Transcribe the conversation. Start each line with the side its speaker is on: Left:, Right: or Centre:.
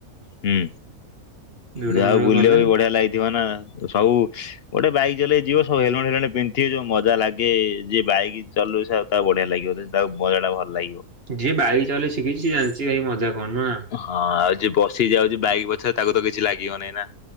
Left: ହୁଁ
Right: ଭିଡ
Left: ଯାହାଉ
Right: ଭିଡ
Left: ବୁଲିବାକୁ
Right: କଲେ
Left: ବଢିଆ ଲାଗିଥିବ ନା। ସବୁ ଗୋଟେ ବାଇକ ଚଲେଇ ଯିବ ସୁ ହେଲମେଟ ହେଲମେଟ ପିନ୍ଧିଥିବେ ଯୋଉ ମଜା ଲାଗେ ଯି ବାଇକ ଚଲୁ ତ ବଢିଆ ଲାଗିବ ତାକୁ ମଜା ଟା ଭଲ ଲାଗିବ।
Right: ଯିଏ ବାଇକ ଚଲେ ଶିଖିଛି ଶେ ଜାଣିଛି କାଇ ମଜା କଣ ନା?
Left: ହଁ ଆଉ ଯିଏ ବସି ଯାଉଛି ବାଇକ ପଛରେ ତାକୁ ତ କିଛି ଲାଗିବନହିଁ ନା